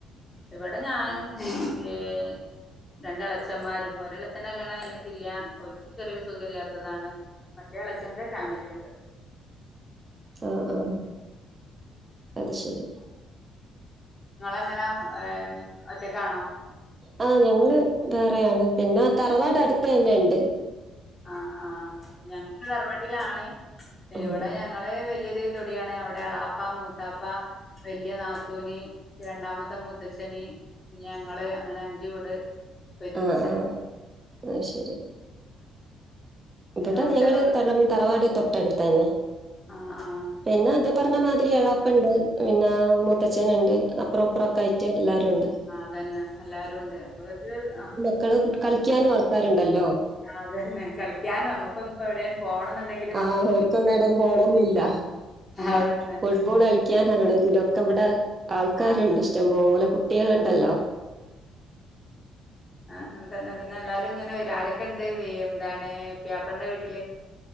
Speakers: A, on the left; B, on the right.
A: ഇവിടെ ഞാനും പിന്നെ രണ്ട എളച്ചന്മാരും ഒരളച്ചന്റെ കല്യാണം കഴിഞ്ഞിട്ടില്ല ഒരുതിക്കു ചെറിയൊരു സുഖ ഇല്ലാത്തതാണ് മറ്റേ എളച്ഛന്റെ ഫാമിലി ഉണ്ട്
B: ആഹ് ആഹ് അത് ശരി
A: നിങ്ങളെങ്ങനാ ഒറ്റക്കാണോ
B: ആഹ ഞങ്ങള് വേറെയാണ് പിന്നെ തറവാട് അടുത്ത തന്നെ ഉണ്ട്
A: ആഹ് ആഹ് ഞങ്ങക്ക് തറവാട്ടിലാണ്
B: ഉം
A: എവിടെ ഞങ്ങള് വലിയൊരു തൊടിയാണ് അവിടെ എളാപ്പ മൂത്താപ്പ വലിയ നാത്തൂന് രണ്ടാമത്തെ മുത്തച്ഛന് പിന്നെ ഞങ്ങള് അങ്ങനെ അഞ്ച് വീട് ഒരുമിച്ചാ
B: ആഹ് ആഹ് അ ശരി
A: പിന്നെ
B: ഇവടെ
A: കൊറച്ചങ്ങോട്ട്
B: ഞങ്ങള് തറ തറവാട് തൊട്ടടുത്ത് തന്നെ
A: ആഹ് ആഹ്
B: പിന്നെ അതെ പറഞ്ഞ മാതിരി എളാപ്പയുണ്ട് പിന്നെ മുത്തച്ഛന് ഉണ്ട് അപ്പറം ഇപ്പറൊക്കെ ആയിട്ട് എല്ലാരും ഉണ്ട്
A: ആ അതന്നെ എല്ലാരുവൊണ്ട് അപ്പൊരു ആഹ്
B: ക്കള് കളിക്കാനും ആൾക്കാരുണ്ടല്ലോ
A: അതന്നെ കളിക്കാനും നമ്മക്കിപ്പോന്ന് എവിടേലും പോണന്നുണ്ടെങ്കില്
B: ആഹ് ഇവർക്കൊന്നും എവടെം പോണന്നീല്ല
A: അതന്നെ
B: ഫുട്ബോൾ കളിക്കണം ക്കാനാണെങ്കിലും ഒക്കെ ഇവിടെ ആൾക്കാരൊണ്ട്
A: ആ അതെ
B: ഇഷ്ടം പോലെ കുട്ടികളുണ്ടല്ലോ
A: ആ ആഹ് അതന്നെ പിന്നെ എല്ലാരും ഇങ്ങനെ വരും ആരൊക്കെ ഉണ്ട് എന്താണ് പുയാപ്പളേന്റെ വീട്ടില്